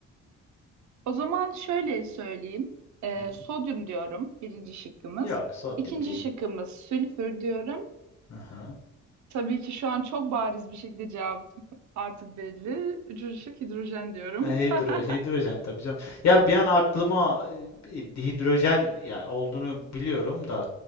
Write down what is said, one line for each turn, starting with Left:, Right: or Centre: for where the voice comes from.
Right: o zaman şöyle söyleyeyim. Ee,
Left: Hı hı.
Right: sodyum diyorum birinci şıkkımız.
Left: Yok, sodyum
Right: İkinci
Left: değil.
Right: şıkkımız sülfür diyorum.
Left: Aha.
Right: Tabii ki şu an çok bariz bir şekilde cevap <laughs> artık belli. Üçüncü şık hidrojen diyorum.
Left: Ha, Hidro,
Right: <laughs>
Left: hidrojen tabii canım. Ya bir an aklıma e, hidrojen ya olduğunu biliyorum da